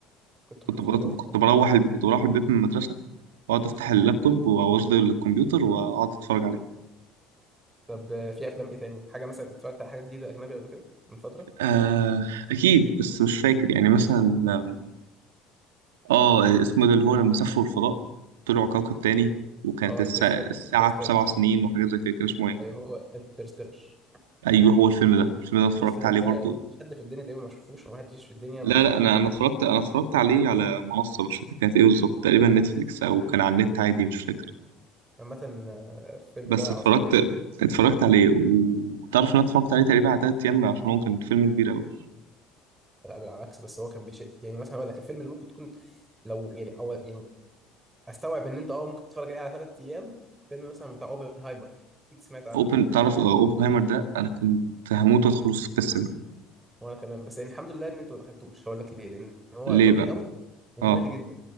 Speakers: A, on the right; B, on the right.
A: كنت
B: كنت
A: بخاف
B: بروح
A: منها أكتر
B: كنت بروح البيت كنت بروح البيت من المدرسه واقعد افتح اللابتوب واوصله للكمبيوتر واقعد اتفرج عليه
A: طب آه، في أفلام إيه تاني؟ حاجة مثلا اتفرجت على حاجة جديدة أجنبي قبل كده من فترة؟
B: آه اكيد بس مش فاكر يعني مثلا آم، اه اسمه ده اللي هو لما سافروا الفضاء طلعوا كوكب تاني وكانت
A: أه
B: الساعة,
A: انترستيلر
B: الساعة
A: انترستيلر
B: بسبع سنين وحاجات زي كده كان اسمه ايه؟
A: أيوه هو انترستيلر
B: ايوه هو الفيلم ده الفيلم ده اتفرجت
A: انترستيلر
B: عليه
A: ده
B: برضه
A: مفيش حد في الدنيا تقريبا ما شافوش ومحدش في الدنيا
B: لا
A: ممكن
B: لا
A: يكون
B: انا
A: شاف
B: انا اتفرجت انا اتفرجت عليه على منصه مش فاكر كانت ايه بالظبط تقريبا نتفليكس او كان على النت عادي مش فاكر
A: عامة آه، الفيلم
B: بس
A: ده عظيم
B: اتفرجت
A: يعني.
B: اتفرجت عليه وتعرف ان انا اتفرجت عليه تقريبا على تلات ايام عشان هو كان فيلم كبير قوي
A: لا بالعكس بس هو كان بيش يعني مثلا اقول لك الفيلم اللي ممكن تكون لو يعني او يعني استوعب ان انت اه ممكن تتفرج عليه على ثلاث ايام فيلم مثلا بتاع اوبنهايمر اكيد سمعت عنه
B: اوبن تعرف آه، اوبنهايمر ده انا كنت هموت ادخل في السينما
A: وانا كمان بس يعني الحمد لله ان انت ما دخلتوش هقول لك ليه لان هو
B: ليه
A: طويل
B: بقى
A: قوي وممل
B: اه
A: جدا